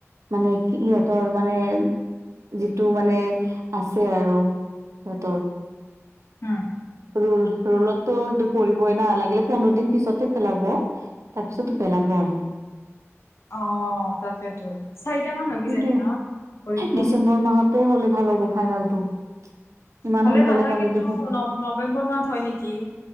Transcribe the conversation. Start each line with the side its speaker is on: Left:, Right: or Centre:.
Right: মানে কি ইহঁতৰ মানে যিটো মানে আছে আৰু সিহতৰ
Left: উম।
Right: ৰল ৰোলতো সেইটো পৰিবই না লাগিলে পোন্ধৰ দিন পিছতে পেলাব তাৰ পিছতো পেলাব হয়।
Left: অ তাকেতো চাৰিট মান
Right: সেইটোতো
Left: হয় কি জানি ন। পৰীক্ষা
Right: ডিচেম্বৰ মাহতে হ'লে ভাল হ'ব ফাইনেলটো ইমান
Left: হলে
Right: সোনকালে
Left: ভাল হয় কিন্তু
Right: দেখোন
Left: ন নৱেম্বৰ মাহ হয় নেকি